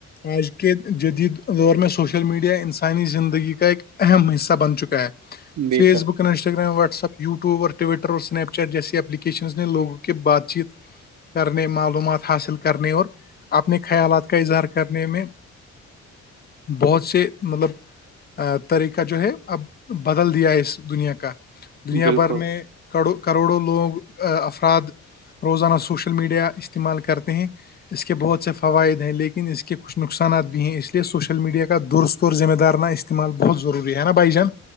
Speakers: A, on the left; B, on the right.
A: آج کے جدیید دوریں سوشل میڈیا انسانی زندگی کا اک اہم حصہ بن چکا ہے
B: بے
A: فیس
B: شک
A: بک انسٹاگرام واٹسپ وٹیوب ٹوٹر اور اسنیپ چیٹ جیسسی اپلیکیشن نے لوگوں کے بات چیت کرنے معلومات حاصل کرنے اور اپنے خیالات کا اظہار کرنے میں بہت سے مطلب ا طریقہ جو ہے اب بدل دیا ہے اس دنیا کا دنیا
B: بالکل
A: بھر میں کرو کروڑوں لوگ افراد روزانہ سوشل میڈیا استعمال کرتے ہیں اس کے بہت سے فوائد ہیں لیکن اس کے کچھ نقصانات بھی ہیں اس لیے سوشل میڈیا کا درستور ذمہ دار نہ اس استمال بہت ضوری ہے نا بھائی جان